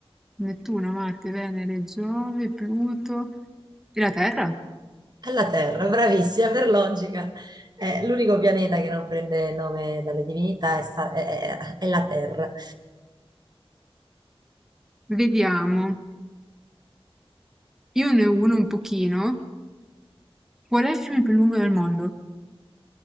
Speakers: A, in the centre; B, on the right.
A: Nettuno, Marte, Venere, Giove, Pluto e la Terra.
B: È la Terra, bravissima, per logica. Eh, l'unico pianeta che non prende nome dalle divinità è, sta- è- è- è la Terra.
A: Vediamo. Io ne ho uno un pochino. Qual è il fiume più lungo del mondo?